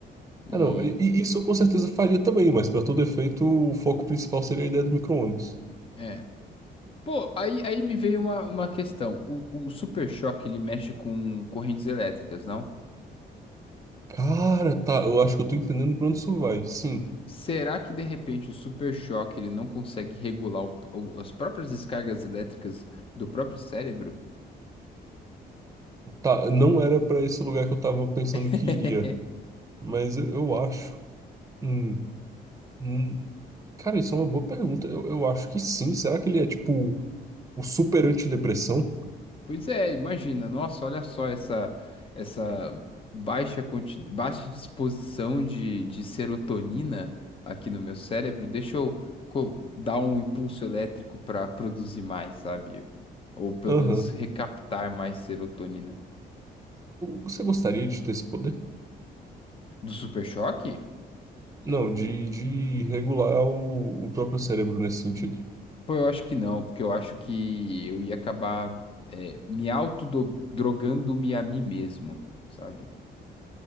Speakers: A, on the left (about 30°); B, on the right (about 20°).
A: E.
B: ah, não. E, e isso eu com certeza faria também, mas para todo efeito, o foco principal seria a ideia do micro-ônibus.
A: é, Pô, aí, aí me veio uma, uma questão. O, o Super Choque, ele mexe com correntes elétricas, não?
B: Cara, tá, eu acho que eu tô entendendo pra onde isso vai. Sim,
A: Será que, de repente, o Super Choque, ele não consegue regular o- o- as próprias descargas elétricas do próprio cérebro?
B: tá, não era pra esse lugar que eu tava pensando
A: <laughs>
B: que iria, mas eu, eu acho. Hum, hum. cara, isso é uma boa pergunta. Eu, eu acho que sim. Será que ele é tipo O super antidepressão?
A: Pois é, imagina, nossa, olha só essa essa baixa quanti- baixa disposição de, de serotonina aqui no meu cérebro, deixa eu co- dar um impulso elétrico para produzir mais, sabe? Ou pelo
B: Aham.
A: menos recaptar mais serotonina.
B: Você gostaria de ter esse poder?
A: Do super choque?
B: Não, de, de regular o, o próprio cérebro nesse sentido.
A: Pô, eu acho que não, porque eu acho que eu ia acabar é, me autodrogando-me a mim mesmo, sabe?